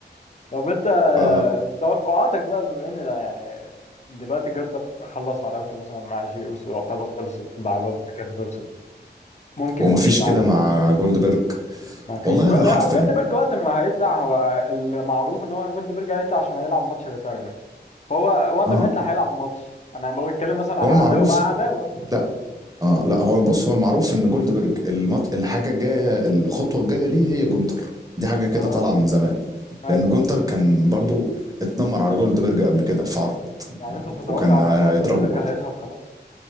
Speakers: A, on the left; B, on the right.
A: طب انت
B: ف...
A: توقعاتك بقى بما ان ده يعني دلوقتي جندر خلص عداوته مثلا مع شيء اوسو يعتبر خلصت مع بالتر كانت خلصت ممكن
B: ومفيش
A: يخش مع
B: كده
A: مين؟
B: مع جولدبرج
A: ما في
B: والله
A: جو...
B: انا
A: او
B: حرفين
A: جولدبرج وقت ما هيطلع هو المعروف ان هو جولدبرج هيطلع عشان هيلعب ماتش ريتايرمنت فهو وقت
B: اه
A: ما يطلع هيلعب ماتش انا بتكلم مثلا على
B: هو المعروف
A: عداوه بقى عداوه
B: لا اه لا هو بص هو المعروف ان جولدبرج المط... الحاجة الجاية الخطوة الجاية ليه هي جونتر دي حاجة كده
A: اه
B: طالعة من زمان
A: ايوه
B: لان جونتر كان برضو اتنمر على جولدبرج قبل كده في عرض
A: يعني انت تتوقع
B: وكان
A: ان
B: هيضربه
A: خلاص جولدبرج
B: برضو
A: هيظهر خلاص